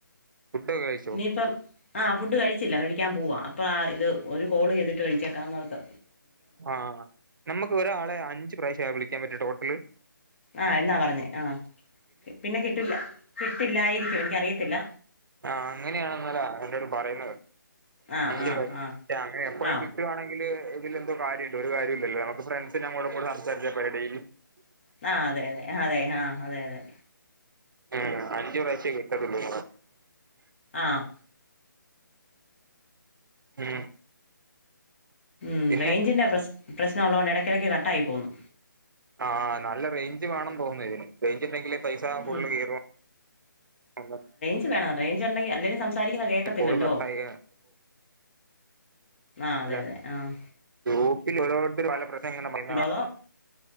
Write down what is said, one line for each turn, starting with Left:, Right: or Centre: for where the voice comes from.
Right: ഫുഡൊക്കെ കഴിച്ചോ
Left: ഇനിയിപ്പം ആഹ് ഫുഡ് കഴിച്ചില്ല കഴിക്കാൻ പോവാ ഇപ്പോം ആ ഇത് ഒരു കോള് ചെയ്തിട്ട് കഴിച്ചേക്കാംന്ന് ഓർത്ത്
Right: ആ നമ്മക്ക് ഒരാളെ അഞ്ച് പ്രാവശ്യാ വിളിക്കാൻ പറ്റാ ടോട്ടൽ
Left: ആഹ് എന്നാ പറഞ്ഞേ ആഹ് പിന്നെ കിട്ടില്ല കിട്ടില്ലായിരിക്കും എനിക്കറിയത്തില്ല
Right: ആഹ് അങ്ങനെയണെന്നാല എല്ലാരും പറയുന്നത്
Left: ആ
Right: അഞ്ച്
Left: ആ
Right: പ്രാശം
Left: ആ
Right: അങ്ങനെ എപ്പഴും
Left: ആ
Right: കിട്ടുണെങ്കില് ഇതിലെന്തോ കാര്യണ്ട് ഒരു കാര്യം ഇല്ലോ നമുക്ക് ഫ്രണ്ട് ഞങ്ങോട് ഇങ്ങോട്ടും സംസാരിച്ചാ പോരെ ഡെയിലി
Left: ആ അതെ അതെ ആ അതെ ആ അതെ അതെ
Right: ആ അഞ്ചു പ്രാശ്യേ കിട്ടത്തൊല്ലൂ
Left: ആഹ്
Right: ഉം
Left: ഉം
Right: പിന്നെ
Left: റേഞ്ചിന്റെ പ്രശ് പ്രശ്നം ഉള്ളതോണ്ട് എടക്ക്‌ എടക്ക് കട്ടായി പോവുന്നു
Right: ആഹ് നല്ല റേഞ്ച് വേണംന്ന് തോന്നുന്നു ഇതിന് റേഞ്ച് ഇല്ലങ്കില് പൈസ
Left: ഉം.
Right: ഫുള്ള് കേറുവോ <unintelligible>
Left: ഞ്ച് വേണം റെയിഞ്ച് ഒണ്ടെങ്കി അല്ലേലും സംസാരിക്കുന്ന കേക്കത്തില്ലല്ലോ
Right: കോള് കട്ടായി
Left: ആ അതെ
Right: അല്ല
Left: അതെ ആഹ്
Right: ഗ്രൂപ്പിൽ ഓരോരുത്തര് പല പ്രശ്നങ്ങളും പറയുന്നെ കാണാം
Left: അതോ